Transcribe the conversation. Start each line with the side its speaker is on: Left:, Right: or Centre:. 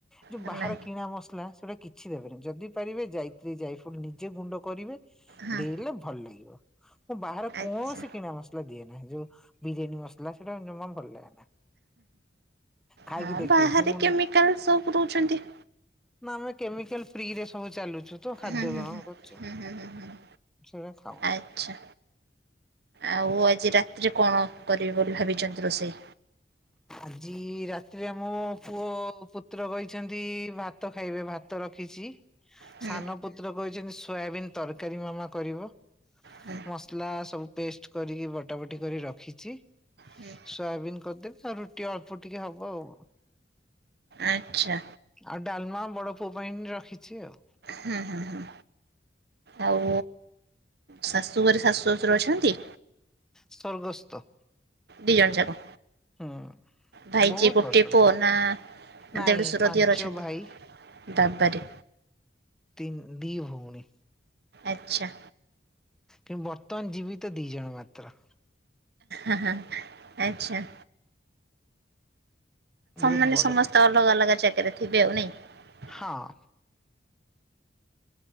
Centre: ଯୋଉ
Right: ହେଲା
Centre: ବା ଆର କିଣା ମସଲା ସେଟା କିଛି ଦେବେନି। ଯଦି ପାରିବେ ଜାଇତ୍ରୀ ଜାଇଫଲ ନିଜେ ଗୁଣ୍ଡ କରିବେ
Right: ହଁ
Centre: ଦେ ଇଲେ ଭଲ ଲାଗିବ। ମୁଁ ବାହାର କୌଣସି
Right: ଆଚ୍ଛା
Centre: କିଣା ମସଲା ଦିଏ ନାହିଁ। ଯୋଉ ବିରିୟାନୀ ମସଲା ସେଟା ଜମା ଭଲ ଲାଗେ ନା। ଖାଇକି
Right: ହଁ
Centre: ଦେଖିବେ
Right: ବାହାରେ
Centre: ମୁଁ
Right: କେମିକାଲ୍ ସବୁ ପୁରଉଛନ୍ତି।
Centre: ନା ଆମେ କେମିକାଲ୍ ଫ୍ରିରେ ସବୁ ଚାଲୁଚୁ ତ। ଖାଦ୍ୟ
Right: ହୁଁ ହୁଁ
Centre: ଗ୍ରହଣ
Right: ହୁଁ
Centre: କରୁଚୁ।
Right: ହୁଁ ହୁଁ ହୁଁ।
Centre: ସେଟା ଖାଉନି।
Right: ଆଚ୍ଛା ଆଉ ଆଜି ରାତିରେ କଣ କରିବେ ବୋଲି ଭାବିଚନ୍ତି ରୋଷେଇ?
Centre: ଆଜି ରାତିରେ ମୋ ପୁଅ ପୁତ୍ର କହିଛନ୍ତି ଭାତ ଖାଇବେ। ଭାତ ର ଖିଛି।
Right: ହୁଁ
Centre: ସାନ ପୁତ୍ର କହିଛନ୍ତି ସୋୟାବିନ ତରକାରୀ ମାମା କରିବ।
Right: ହୁଁ
Centre: ମସଲା ସବୁ ପେଷ୍ଟ କରିକି ବଟା ବଟି କରି ରଖିଛି।
Right: ହୁଁ,
Centre: ସୋୟାବିନ କରିଦେବି। ଆଉ ରୁଟି ଅଳ୍ପ ଟିକେ ହବ ଆଉ
Right: ଆଚ୍ଛା
Centre: ଆଉ ଡାଲମା ବଡ ପୁଅ ପାଇଁ ରଖିଛି ଆଉ।
Right: ହଁ ହଁ ହଁ ଆଉ ଶାଶୁ ଘରେ ଶାଶୁ ଶଶୁର ଅଛନ୍ତି?
Centre: ସର୍ଗସ୍ତ।
Right: ଦି ଜଣ ଯାକ?
Centre: ହଁ।
Right: ଭାଇ
Centre: ବହୁତ
Right: ଯିଏ ଗୋଟେ
Centre: ବର୍ଷ
Right: ପୁଅ
Centre: ତଳେ।
Right: ନା
Centre: ନାଇଁ
Right: ଦେଢଶୁର
Centre: ପାଞ୍ଚ
Right: ଦିଅର ଅଛନ୍ତି
Centre: ଭାଇ।
Right: ବାବାରେ।
Centre: ତି-ଦି ଭଉଣୀ।
Right: ଆଚ୍ଛା।
Centre: କିନ୍ତୁ ବର୍ତ୍ତମାନ ଜୀବ ତ ଦି ଜଣ ମାତ୍ର।
Right: ହଁ ହଁ ଆଚ୍ଛା।
Centre: ବହୁତ
Right: ମାନେ
Centre: ବଡ
Right: ସମସ୍ତେ
Centre: ପୁଅ।
Right: ଅଲଗା ଅଲଗା ଜାଗାରେ ଥିବେ ଆଉ ନାଇଁ।
Centre: ହଁ